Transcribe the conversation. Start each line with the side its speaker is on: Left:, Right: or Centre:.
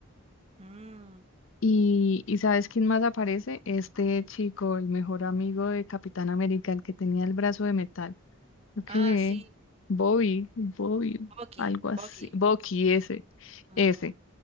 Right: Mm.
Left: Y, y ¿sabes quién más aparece? Este chico, el mejor amigo de Capitán América, el que tenía el brazo de metal. Creo que
Right: Ah, sí,
Left: Bobby, Bobby,
Right: Bucky,
Left: algo
Right: Bucky.
Left: así. Bucky, ese,
Right: Ujú.
Left: ese.